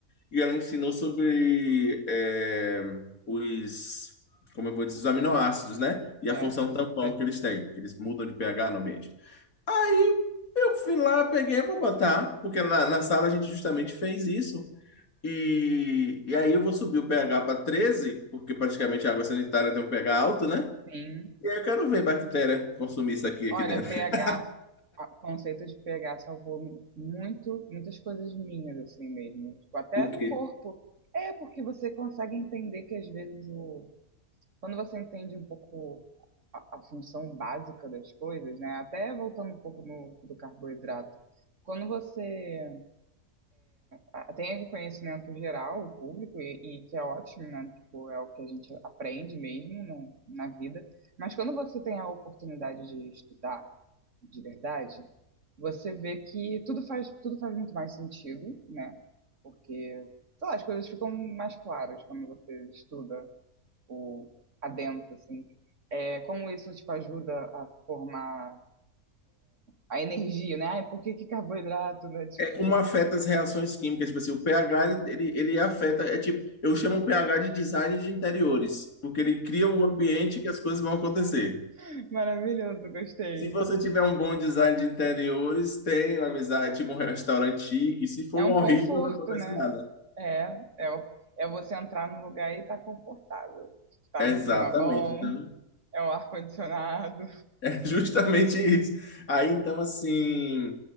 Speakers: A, on the left (about 65°); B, on the right (about 55°).
A: e ela ensinou sobre é, os, como eu vou dizer, os aminoácidos, né? E
B: <laughs>
A: a função tampão
B: É,
A: que eles têm, que eles mudam de pH no ambiente. Aí eu fui lá, peguei, vou botar, porque na, na sala a gente justamente fez isso. E, e aí eu vou subir o pH para 13, porque praticamente a água sanitária tem um pH alto, né?
B: Sim.
A: E aí eu quero ver bactéria consumir isso aqui,
B: Olha,
A: aqui dentro.
B: pH,
A: <laughs>
B: a- o conceito de pH salvou muito, muitas coisas minhas, assim mesmo. Tipo, até
A: O
B: do
A: quê?
B: corpo. É, porque você consegue entender que às vezes o. Quando você entende um pouco a, a função básica das coisas, né? Até voltando um pouco no, do carboidrato. Quando você ah, tem o conhecimento geral, o público, e, e que é ótimo, né? Tipo, é o que a gente aprende mesmo no, na vida. Mas quando você tem a oportunidade de estudar, de verdade, você vê que tudo faz, tudo faz muito mais sentido, né? Porque, sei lá, as coisas ficam mais claras quando você estuda o adentro, assim. É, como isso, tipo, ajuda a formar a energia, né? Ai, por que que carboidrato, né? Tipo,
A: É como afeta as reações químicas. Tipo assim, o pH, ele, ele ele afeta... É tipo, eu chamo o pH de design de interiores, porque ele cria um ambiente que as coisas vão acontecer.
B: <laughs> maravilhoso, gostei.
A: Se você tiver um bom design de interiores, tem uma amizade, tipo um restaurante chique. Se for
B: É
A: um
B: um
A: horrível,
B: conforto,
A: não acontece
B: né?
A: nada.
B: É, é, o- é você entrar num lugar e tá confortável. Tá
A: Exatamente.
B: um clima bom,
A: Então,
B: é o ar-condicionado.
A: <laughs> Justamente isso. Aí então assim,